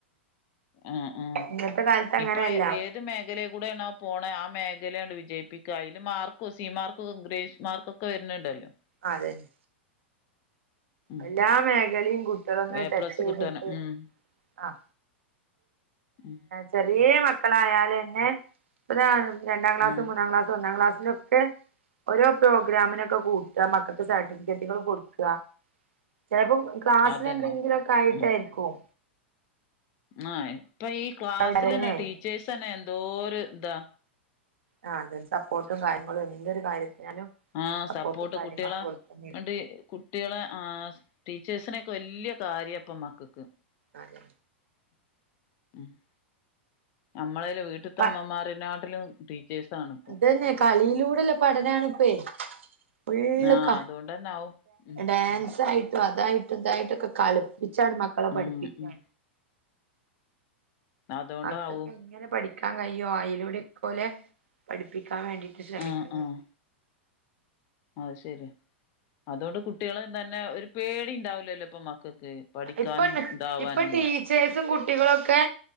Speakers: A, on the left (about 45°); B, on the right (about 80°).
A: ആഹ ആഹ
B: ഇന്നത്തെ കാലത്ത് അങ്ങനെയല്ല
A: ഇപ്പൊ ഏത് ത് മേഖലെ കൂടെയാണ് ആഹ പോണ ആഹ മേഖലയുണ്ട് വിജയിപ്പിക്കുക അതിന് മാർക്ക സി മാർക്ക്ഗ്രേസ് മാർക്കൊക്കെ ക്കെ വരുന്നണ്ടല്ലോ
B: അഹ അതന്നെ
A: ഉം
B: എല്ലാ മേഖലയും കുട്ടികളൊന്ന്
A: എ
B: ടച്ച്യ്തിട്ട്
A: പ്ലസ് കിട്ടാനും ഉം
B: ആഹ
A: ഉം
B: ചെറേ മക്കളായാലെന്നെ ഇപ്പ രണ്ടാം ക്ലാസും
A: ഉം
B: മൂന്നാം ക്ലാസും ഒന്നാം ക്ലാസ്സിന്റെ..... ട്ട് ഓരോ പ്രോഗ്രാമിനൊക്കെ കൂട്ട മക്കൾക്ക് സർട്ടിഫിക്കറ്റുകൾ കൊടുക്ക ചെലപ്പം ക്ലാസ്സിന്
A: അതന്നെ
B: എന്തെങ്കിലുംക്കെയിട്ടായിരിക്കും
A: ഉം ആഹ് ഇപ്പൊ ഈ ക്ലാസ്സലെന്നെ
B: ആഹ്
A: ടീച്ചേഴ്സ്ന്നെ എന്തോ ഒരു ഇതാ
B: ആ അതന്റെ സപ്പോർട്ടും കാര്യങ്ങളും എന്തൊരു കാര്യത്തിനാലും
A: ആഹ്
B: സപ്പോർട്ടും
A: സപ്പോർട്ട്
B: കാര്യങ്ങളും
A: കുട്ടികളെ
B: കൊടുത്തന്നും
A: ണ്ട് കുട്ടികളെ ആ ടീച്ചേഴ്സിനെക്കെ വലിയ കാര്യംപ്പ മക്കക്ക്
B: അതെ
A: <unintelligible> നമ്മളെ വീട്ടിലത്തഇമ്മാമരനാട്ടിലും
B: പ
A: ടീച്ചേഴ്സണിപ്പോ
B: അതന്നെ കളിയിലൂടെല്ലേ പഠനാണിപ്പേ ഫുള്ള്
A: ആഹ്
B: ക
A: അതുകൊണ്ടന്നെ ആവും ഉം
B: ഡാൻസായിട്ടും അതായിട്ട് മറ്റതായിട്ടൊക്കെ കളിപ്പിച്ചാണ് മക്കളെ
A: ഉം
B: പഠിപ്പിക്കാ
A: ഉം അതോണ്ടാവും
B: മക്കൊക്കെ ഇങ്ങനെ പഠിക്കാൻ കഴിയോ അഴിലൂടെ ഇക്കോലെ പഠിപ്പിക്കാൻ വേണ്ടിട്ട് ശ്രമിക്കുന്ന
A: ആഹ് ആഹ് അത് ശരി അതൊണ്ട് കുട്ടികള് തന്നെ ഒരു പേടി ഉണ്ടാവൂലല്ലോ ഇപ്പൊ മക്കൾക്ക് പഠിക്കാനും
B: ഇപ്പൊ
A: ഇതാവാനൊന്നു
B: ഇപ്പൊ ടീച്ചേഴ്സും കുട്ടികളുംക്കെ